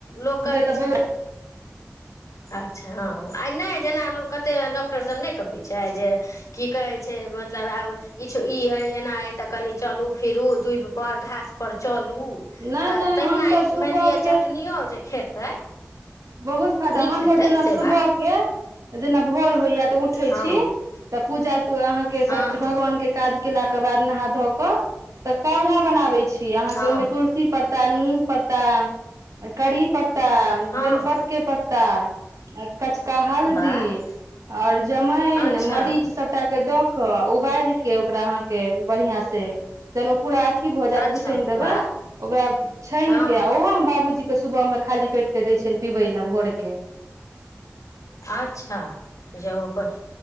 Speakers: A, on the left (about 80°); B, on the right (about 80°).
A: लोक
B: खेबै
A: कहै
B: तऽ
A: छैय
B: बहुत
A: अच्छा हँ आइ नहि जेना लोक कतेक डॉक्टरसभ नहि कहबै छैय जे की कहै छैय से मतलब आब किछु ई अइ एना अइ तऽ कनि चलू फिरू दूबिपर घास पर चलू।
B: नहि
A: तऽ
B: नहि
A: तहिना
B: हम तऽ
A: ई
B: सुबहके
A: मानि लिअ चटनिओ जे खेतै
B: बहुत फायदा
A: नीक
B: हमसभ
A: हेतै
B: जेना
A: से
B: सुबह
A: बात
B: के जेना भोर होइया तऽ उ
A: हँ
B: तऽ पूजा तू अहाँके
A: हँ
B: सब भगवानके काज केलाके बादमें नहा धऽ कऽ तऽ काढ़ा बनाबे छी अहाँके
A: हँ
B: ओहिमे तुलसी पत्त तन पता करी पत्ता
A: हँ
B: बेलपतके पत्ता आ कचका हल्दी
A: वाह
B: आऔर जमाइन
A: अच्छा
B: मरीच सब टाके दऽ कऽ उबायलके ओकरा अहाँके बढ़ियां से जहन पूरा अथी भऽ जायत
A: अच्छा
B: उसनि देबै
A: वाह
B: ओकरा छानिके
A: हँ
B: आ ओहो हम बाबूजी के सुबहमे खाली पेट के दै छियनि पीबै ला भोरके।
A: अच्छा जहो अपन